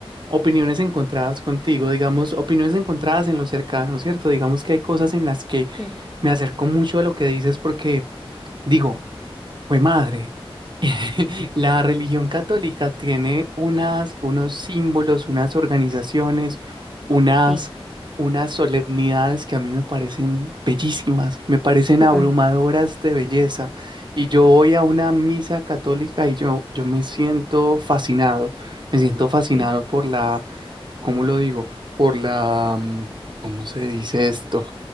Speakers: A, on the right; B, in the centre.
A: opiniones encontradas contigo, digamos, opiniones encontradas en lo cercano, ¿cierto? Digamos que hay cosas en las que
B: Sí,
A: me acerco mucho a lo que dices porque digo, Fue madre. <laughs> La religión católica tiene unas, unos símbolos, unas organizaciones, unas,
B: Sí,
A: unas solemnidades que a mí me parecen bellísimas, me parecen
B: total,
A: abrumadoras de belleza. Y yo voy a una misa católica y yo, yo me siento fascinado, me siento fascinado
B: sí,
A: por la ¿cómo lo digo? Por la, mm, ¿cómo se dice esto?